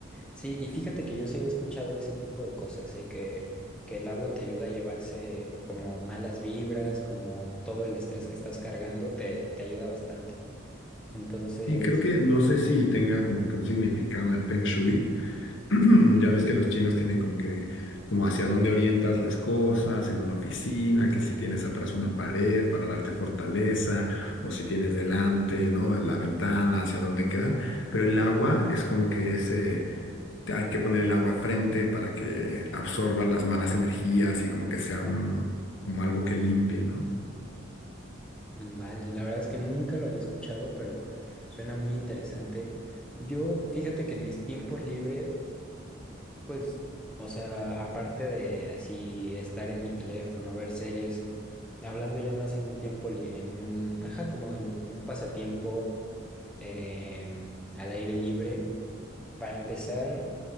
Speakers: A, in the centre; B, on the left.
A: Sí, y fíjate que yo sí había escuchado ese tipo de cosas, ¿eh? Que, que el agua te ayuda a llevarse como malas vibras, como todo el estrés que estás cargando, te, te ayuda bastante. Entonces,
B: Y creo que no sé si tenga como que un significado en el Feng Shui. <clears throat> Ya ves que los chinos tienen como que, como hacia dónde orientas las cosas en una oficina, que si tienes atrás una pared para darte fortaleza, o si tienes delante, ¿no? La ventana, hacia dónde quedan. Pero el agua es como que ese, te- hay que poner el agua frente para que absorba las malas energías y como que sea un, como algo que limpie, ¿no?
A: Mm, Vale, la verdad es que nunca lo había escuchado, pero suena muy interesante. Yo, fíjate que en mis tiempos libres, pues, o sea, aparte de así estar en mi teléfono, ver series, hablando ya más en un tiempo, li- en un, ajá, como en un pasatiempo em, al aire libre, para empezar,